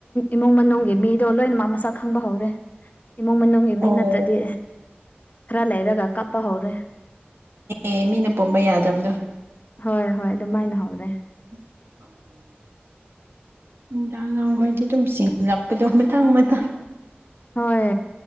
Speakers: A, on the left (about 40°); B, on the right (about 75°).
A: ꯏꯃꯨꯡ ꯃꯅꯨꯡꯒꯤ ꯃꯤꯗꯣ ꯂꯣꯏꯅ ꯃꯥ ꯃꯁꯛ ꯈꯪꯕ ꯍꯧꯔꯦ ꯏꯃꯨꯡ ꯃꯅꯨꯡꯒꯤ ꯃꯤ
B: ꯑꯣ
A: ꯅꯠꯇ꯭ꯔꯗꯤ ꯈꯔ ꯂꯩꯔꯒ ꯀꯞꯄ ꯍꯧꯔꯦ
B: ꯑꯦ ꯃꯤꯅ ꯄꯝꯕ ꯌꯥꯗꯕꯗꯣ
A: ꯍꯣꯏ ꯍꯣꯏ ꯑꯗꯨꯃꯥꯏꯅ ꯍꯧꯔꯦ
B: <inaudible> ꯅꯨꯡꯗꯥꯡꯍꯥꯡꯈꯣꯏꯗꯤ ꯑꯗꯨꯝ ꯁꯤꯡꯂꯛꯄꯗꯣ ꯃꯊꯪ ꯃꯊꯪ
A: ꯍꯣꯏ